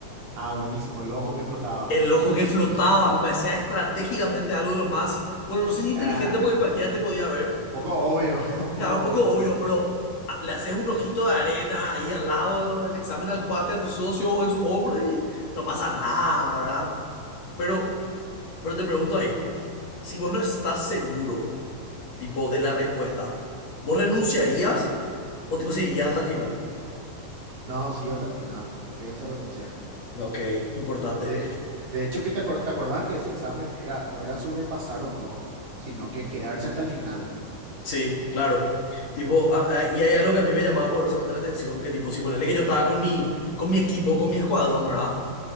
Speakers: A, on the right; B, on the left.
A: Ah, buenísimo, el ojo que flotaba.
B: El ojo que flotaba me parecía estratégicamente algo de lo más, bueno, no sé si inteligente
A: Ah,
B: porque cualquiera te podía ver,
A: un poco obvio, <laughs> un
B: claro,
A: poco
B: un
A: obvio.
B: poco obvio, pero a- le haces un ojito de arena ahí al lado del examen al cuate, a tu socio o en su hombro y no pasa nada, ¿verdad? Pero,
A: Ah,
B: pero te pregunto ahí, si vos no estás seguro, tipo, de la respuesta, ¿vos renunciarías o tipo seguirías hasta el final?
A: No, sigo hasta el final, no pienso renunciar.
B: Ok, importante.
A: De, de hecho, que te, acor- te acordás que ese examen era, no era sobre pasar o no, sino que quedarse hasta el final.
B: Sí, claro. Tipo, a- a- y hay algo que a mí me llamaba poderosamente la atención, que tipo, si ponerle que yo estaba con mi, con mi equipo, con mi escuadrón, ¿verdad?